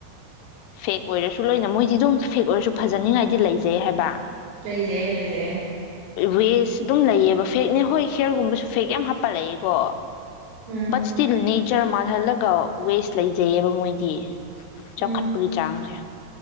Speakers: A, on the left; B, on the right.
A: ꯐꯦꯦꯛ ꯑꯣꯏꯔꯁꯨ ꯂꯩꯣꯏꯅ ꯃꯣꯏꯗꯤ ꯑꯗꯨꯝ ꯐꯦꯛ ꯑꯣꯏꯔꯁꯨ ꯐꯖꯅꯤꯡꯉꯥꯏꯗꯤ ꯂꯩꯖꯩ ꯍꯥꯏꯕ
B: ꯂꯩꯖꯩ ꯂꯩꯖꯩ
A: ꯋꯦꯁ ꯑꯗꯨꯝ ꯂꯩꯑꯕ ꯐꯦꯛꯅꯦ ꯍꯣꯏ ꯍꯥꯏꯔ ꯒꯨꯝꯕꯁꯨ ꯐꯦꯛ ꯌꯥꯝ ꯍꯥꯞꯄꯜꯂꯛꯑꯦꯀꯣ
B: ꯎꯝ
A: ꯆꯇꯅꯤ <inaudible> <unintelligible> ꯆꯔ ꯃꯥꯜꯍꯜꯂꯒ ꯋꯦꯁ ꯂꯩꯖꯩꯑꯕ ꯃꯣꯏꯗꯤ ꯆꯥꯎꯈꯠꯄꯒꯤ
B: ꯎꯝ
A: ꯆꯥꯡꯁꯦ